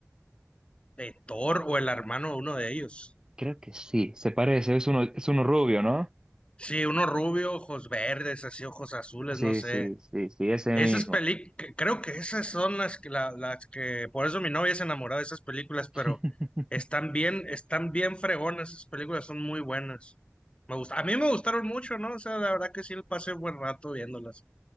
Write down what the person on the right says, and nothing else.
creo que sí, se parece, es uno, es uno rubio, ¿no?
Sí,
sí, sí, sí, ese
mismo.
<laughs>